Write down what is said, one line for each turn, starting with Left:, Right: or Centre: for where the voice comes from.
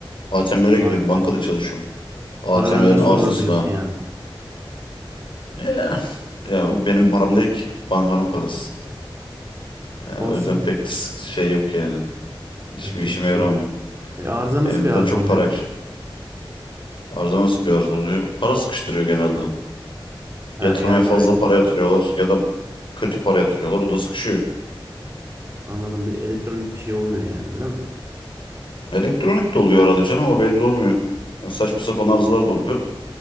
Left: ATM'lere
Right: Vay
Left: gidiyorum.
Right: be.
Left: Bankada çalışıyorum. ATM'lerin
Right: Para benden sorulur
Left: arızasına.
Right: diyorsun yani.
Left: Ya, ya bu benim param değil ki. Bankanın parası. Ya,
Right: Olsun.
Left: o yüzden pek de sık- şey yok yani. Hiçbir
Right: Yapacak
Left: işime
Right: bir şey
Left: yaramıyor.
Right: yok. E, arıza nasıl
Left: Elimizden
Right: bir arıza
Left: çok
Right: oluyor?
Left: para gidiyor. Arıza nasıl bir arıza oluyor? Para sıkıştırıyor genelde.
Right: Ha,
Left: Yatırmaya
Right: yani
Left: fazla
Right: böyle
Left: para yatırıyorlar ya da kötü para yatırıyorlar. O da sıkışıyor.
Right: anladım bir elektronik bir şey olmuyor yani öyle mi?
Left: Elektronik de oluyor arada canım o belli olmuyor. Yani saçma sapan arızalar da oluyor.